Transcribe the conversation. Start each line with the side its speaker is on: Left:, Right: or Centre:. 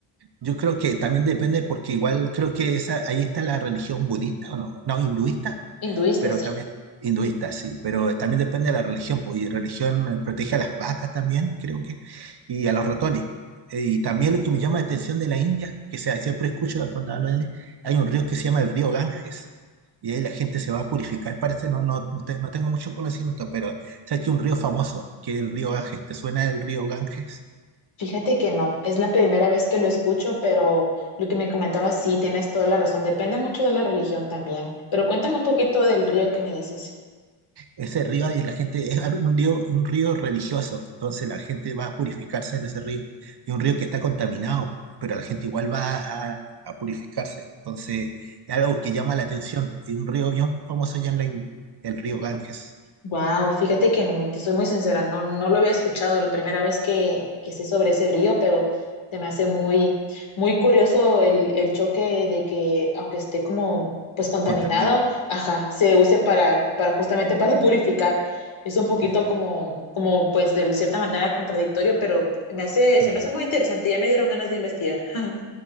Right: Yo creo que también depende porque igual creo que esa, ahí está la religión budista o no, no, hinduista.
Left: Hinduista,
Right: pero
Left: sí.
Right: también hinduista, sí, pero también depende de la religión, pues, y religión protege a las vacas también, creo que, y a los ratones. Eh, Y también lo que me llama la atención de la India, que sea, siempre escucho cuando hablo de él, hay un río que se llama el río Ganges, y ahí la gente se va a purificar, parece, no, no, no te- no tengo mucho conocimiento, pero sabes que un río famoso, que es el río Ganges, ¿te suena el río Ganges?
Left: Fíjate que no, es la primera vez que lo escucho, pero lo que me comentabas, sí, tienes toda la razón, depende mucho de la religión también. Pero cuéntame un poquito del río que me dices.
Right: Ese río y la gente es al- un río, un río religioso, entonces la gente va a purificarse en ese río. Y un río que está contaminado, pero la gente igual va a, a purificarse. Entonces es algo que llama la atención. Y un río bien famoso allá en la India, el río Ganges,
Left: Wow, fíjate que n- te soy muy sincera, no, no lo había escuchado la primera vez que, que sé sobre ese río, pero se me hace muy, muy curioso el, el choque de que, aunque esté como pues contaminado,
Right: contaminado.
Left: ajá, se use para, para justamente <laughs> para purificar. Es un poquito
Right: Mm,
Left: como, como pues de cierta manera contradictorio, pero me hace,
Right: mm.
Left: se me hace muy interesante, ya me dieron ganas de investigar. <laughs>